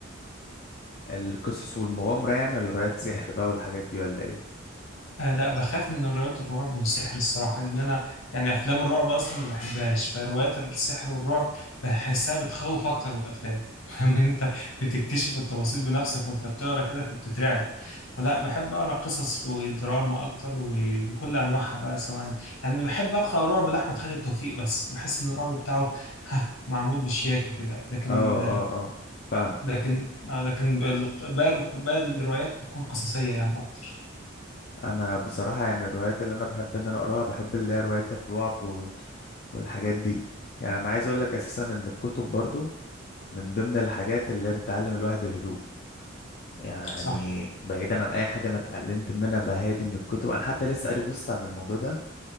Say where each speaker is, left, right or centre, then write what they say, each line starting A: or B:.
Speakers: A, on the left; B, on the left.
A: القصص والمغامرة يعني ولا روايات سحر بقى والحاجات دي ولا ايه
B: آه لا بخاف من روايات الرعب والسحر الصراحة لأن أنا يعني أفلام الرعب أصلا ما بحبهاش فروايات السحر والرعب بحسها بتخوف أكتر من الأفلام <laughs> فاهم أنت بتكتشف التفاصيل بنفسك وأنت بتقرا كده فبتترعب فلا بحب أقرا قصص ودراما أكتر وبكل أنواعها بقى سواء يعني بحب أقرأ رعب لأحمد خالد توفيق بس بحس إن الرعب بتاعه <laughs> ها معمول بشياكة كده لكن
A: اه اه اه فاهمك
B: لكن آه لكن بال- باقي باقي الروايات بتكون قصصية يعني أكتر
A: انا بصراحة يعني الروايات اللي انا بحب ان انا اقراها بحب اللي هي روايات الرعب وال... والحاجات دي يعني انا عايز اقول لك اساسا ان الكتب برضو من ضمن الحاجات اللي هي بتعلم الواحد الهدوء يعني
B: صح
A: بعيدا عن اي حاجة انا اتعلمت ان انا بهادي من الكتب انا حتى لسه قاري بوست عن الموضوع ده